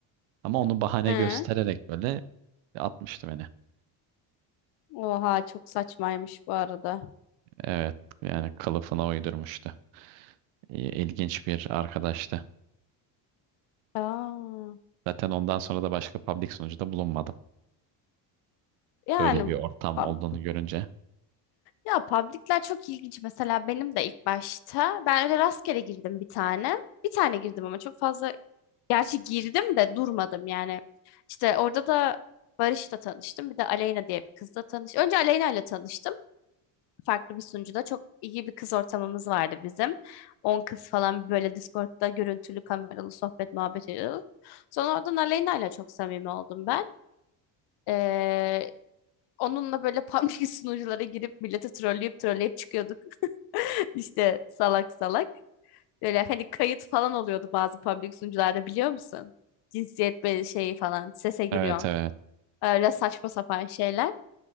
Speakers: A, on the right (about 85°); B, on the left (about 60°).
A: Ama onu bahane
B: Hı.
A: göstererek böyle atmıştı beni.
B: Oha çok saçmaymış bu arada.
A: Evet yani kılıfına uydurmuştu. İ- İlginç bir arkadaştı.
B: Aa.
A: Zaten ondan sonra da başka public sunucuda bulunmadım.
B: Yani
A: Böyle bir ortam
B: pub-
A: olduğunu görünce.
B: ya public'ler çok ilginç. Mesela benim de ilk başta ben öyle rastgele girdim bir tane. Bir tane girdim ama çok fazla gerçi girdim de durmadım yani. İşte orada da Barış'la tanıştım. Bir de Aleyna diye bir kızla tanıştım. Önce Aleyna ile tanıştım. Farklı bir sunucuda çok iyi bir kız ortamımız vardı bizim. on kız falan böyle Discord'da görüntülü kameralı sohbet muhabbet ediyorduk. Sonra oradan Aleyna ile çok samimi oldum ben. Ee, Onunla böyle public <laughs> sunuculara girip milleti trolleyip trolleyip çıkıyorduk. <laughs> İşte salak salak. Böyle hani kayıt falan oluyordu bazı public sunucularda biliyor musun? Cinsiyet be- şeyi falan sese giriyorsun.
A: Evet evet.
B: Öyle saçma sapan şeyler.